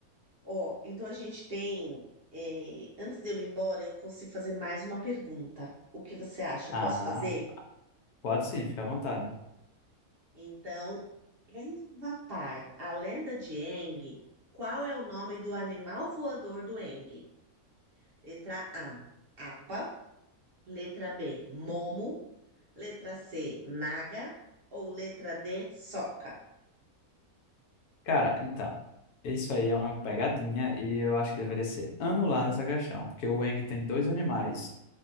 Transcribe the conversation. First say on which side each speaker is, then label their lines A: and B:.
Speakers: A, on the right; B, on the left.
A: Ó, então a gente tem. eh, antes de eu ir embora, eu consigo fazer mais uma pergunta. O que você acha?
B: Ah,
A: Posso fazer?
B: pode sim, fica à vontade.
A: Então, em Avatar, a lenda de Aang, qual é o nome do animal voador do Aang? Letra A, Apa. Letra B, Momo. Letra C, Naga. Ou letra D, Sokka.
B: Cara, então, isso aí é uma pegadinha e eu acho que deveria ser anulada essa questão, porque o Wang tem dois animais.